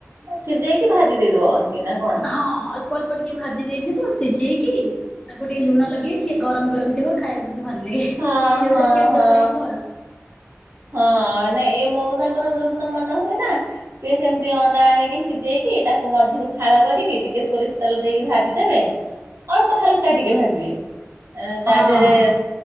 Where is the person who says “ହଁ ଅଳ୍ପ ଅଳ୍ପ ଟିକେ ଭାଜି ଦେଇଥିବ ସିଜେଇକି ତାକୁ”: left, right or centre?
Left